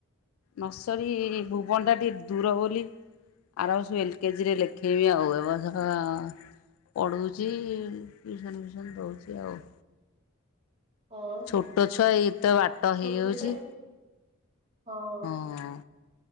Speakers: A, on the left; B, on the right.
A: ନର୍ସରୀ ଭୁବନ ଟା ଟିକେ ଦୂର ବୋଲି ଆର ବର୍ଷ ଏଲ କେଜିି ରେ ଲେ ଖେଇବି ଆଉ ଏ ବର୍ଷ ପଢ଼ୁଉଚି ଟ୍ୟୁଉସନ୍ ଫିଉସନ୍ ଦଉଛି ଆଉ।
B: <unintelligible>
A: ଛୋଟ ଛୁଆ ଏଇତ ବାଟ
B: ଛୋଟ
A: ହେଇଯାଉଛି।
B: ତ ହଁ।
A: ହଁ।